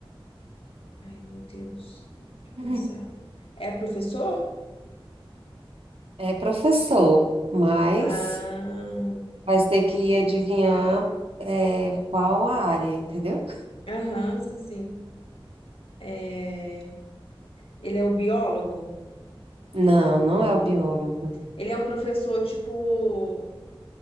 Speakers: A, on the left; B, on the right.
A: Ai, meu Deus. Deixa eu
B: <laughs>
A: pensar. É professor?
B: É professor, mas
A: Ah,
B: vai ter que adivinhar, é, qual a área, entendeu?
A: aham, sim, sim. É, ele é o biólogo?
B: Não, não é o biólogo.
A: Ele é um professor, tipo,